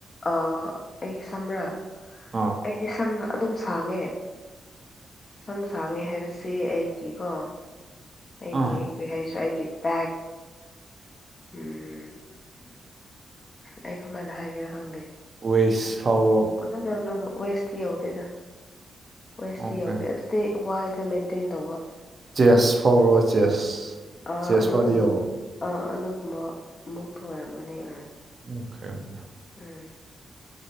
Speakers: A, on the left (about 45°); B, on the right (about 50°).
A: ꯑꯥ ꯑꯩꯒꯤ ꯁꯝꯔꯥ
B: ꯑꯥ
A: ꯑꯩꯗꯤ ꯁꯝ ꯑꯗꯨꯝ ꯁꯥꯡꯉꯦ ꯁꯝ ꯁꯥꯡꯉꯦ ꯍꯥꯏꯕꯁꯤ ꯑꯩꯒꯤꯀꯣ ꯑꯩꯒꯤ
B: ꯑꯥ
A: ꯀꯔꯤ ꯍꯥꯏꯁꯤꯔꯥ ꯑꯩꯒꯤ ꯕꯦꯛ ꯎꯝ ꯑꯩ ꯀꯃꯥꯏꯅ ꯍꯥꯏꯒꯦꯔ ꯈꯪꯗꯦ
B: ꯋꯦꯁ ꯐꯥꯎ
A: ꯎꯝ ꯅꯣꯅꯣ ꯋꯦꯁꯇꯤ ꯌꯧꯗꯦꯗ ꯋꯦꯁꯇꯤ
B: ꯑꯣꯀꯦ
A: ꯌꯧꯗꯦ ꯑꯗꯨ ꯗꯤ ꯋꯥꯏꯗ ꯃꯦꯟꯇꯦꯟ ꯇꯧꯕ
B: ꯆꯦꯁ ꯐꯥꯎꯔꯣ ꯆꯦꯁ
A: ꯑꯥ
B: ꯆꯦꯁ
A: ꯑꯗꯨꯒꯨꯝ
B: ꯐꯥꯎꯗꯤ ꯌꯧꯕ꯭ꯔꯣ
A: ꯑꯥ ꯑꯗꯨꯒꯨꯝꯕ ꯃꯨꯛꯇ ꯑꯣꯏꯔꯝꯃꯅꯤ ꯑꯥ
B: <inaudible>
A: ꯎꯝ <inaudible>